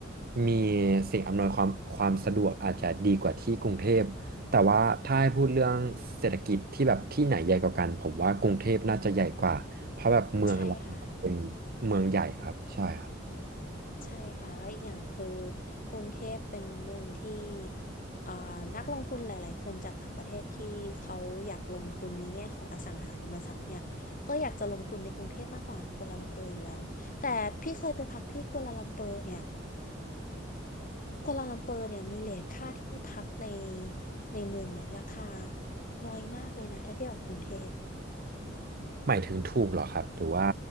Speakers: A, on the right; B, on the left.
A: มีสิ่งอำนวยความความสะดวกอาจจะดีกว่าที่กรุงเทพแต่ว่าถ้าให้พูดเรื่องเศรษฐกิจที่แบบที่ไหนใหญ่กว่ากันผมว่ากรุงเทพน่าจะใหญ่กว่าเพราะแบบเมืองเราเป็น
B: ใช่ค่ะ
A: เมืองใหญ่ครับใช่ครับ
B: ใช่ค่ะแล้วอีกอย่างคือกรุงเทพเป็นเมืองที่อ่านักลงทุนหลายๆคนจากต่างประเทศที่เขาอยากลงทุนในแง่ของอสังหาริมทรัพย์เนี่ยก็อยากจะลงทุนในกรุงเทพมากกว่ากัวลาลัมเปอร์อยู่แล้วแต่พี่เคยไปพักที่กัวลาลัมเปอร์เนี่ยกัวลาลัมเปอร์เนี่ยมีเรทค่าที่พักในในเมืองเนี่ยราคาน้อยมากเลยนะถ้าเทียบกับกรุงเทพ
A: หมายถึงถูกเหรอครับหรือว่า